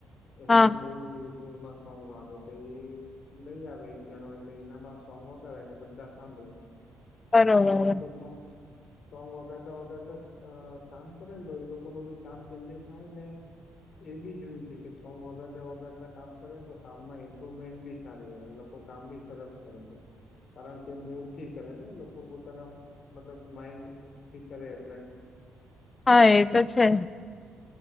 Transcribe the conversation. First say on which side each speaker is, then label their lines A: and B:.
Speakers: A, on the left; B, on the left.
A: એમાંથી
B: હા
A: બઉુ જોર જોર માં ફંગ વાે તો એ લઈ આવે એક જણો એટલે એનામાં સોંગ વગાડે ને બધા સાંભળે.
B: બરોબર
A: એટલે એ લોકો સોંગ
B: <inaudible>
A: સ્ટ્રોંગ વગાડતા વગાડતા કામ કરે ને તો એ લોકો ન બી કામ જલ્દી થાય ને એ બી જોયું છે કે સોંગ વગાતા વગાતા કામ કરે ને તો કામ માં ઇમ્પ્રુવમેન્ટ બી સારી હોય. કામ બી સરસ કરે છે કારણ કે મૂળ થી કરે ને લોકો પોતાના મતલબ માઈન્ડ ઠીક કરે એટલે
B: હા એ તો છે.